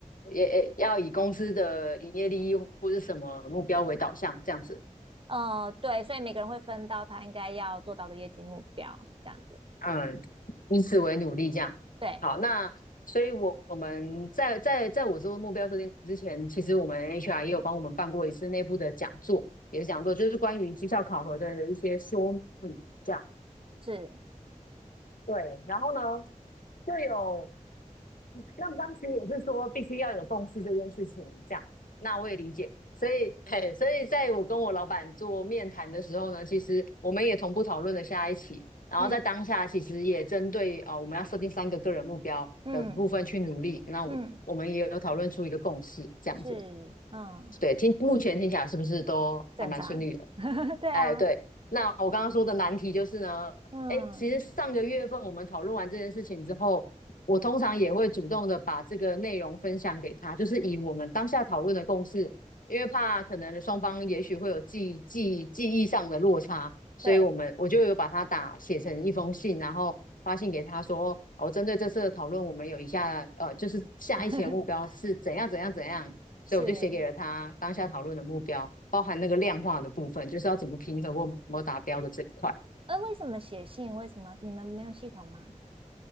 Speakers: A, on the left (about 85°); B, on the right (about 40°).
A: 也也要以公司的营业利益或是什么目标为导向，这样子。
B: 呃，对，所以每个人会分到他应该要做到的业绩目标，这样子。
A: 嗯，以此为努力这样。
B: 对，
A: 好，那所以我，我们在在在我做目标设定之前，其实我们 HR 也有帮我们办过一次内部的讲座，也是讲座，就是关于绩效考核的一些说明这样。
B: 是，
A: 对，然后呢，就有那当时也是说必须要有共识这件事情，这样，那我也理解。所以，嘿，所以在我跟我老板做面谈的时候呢，其实我们也同步讨论了下一期，然后在当下其实也针对呃我们要设定三个个人目标的部分去努力。
B: 嗯嗯
A: 那我我们也有讨论出一个共识，
B: 嗯，
A: 这样子。
B: 是，嗯，
A: 对，听目前听起来是不是都还蛮顺利的？
B: 正常。<laughs> 对啊，
A: 哎，对，那我刚刚说的难题就是呢，
B: 嗯，
A: 哎，其实上个月份我们讨论完这件事情之后，我通常也会主动的把这个内容分享给他，就是以我们当下讨论的共识，因为怕可能双方也许会有记记记忆上的落差，所以我们我就有把它打写成一封信，
B: 对，
A: 然后发信给他说，哦，针对这次的讨论，我们有以下呃，就是下一期的目标是怎样怎样怎样，
B: <laughs>
A: 所以我就写给了他当下讨论的目标，
B: 是。
A: 包含那个量化的部分，就是要怎么平衡我有没有达标的这一块。
B: 呃，为什么写信？为什么你们没有系统吗？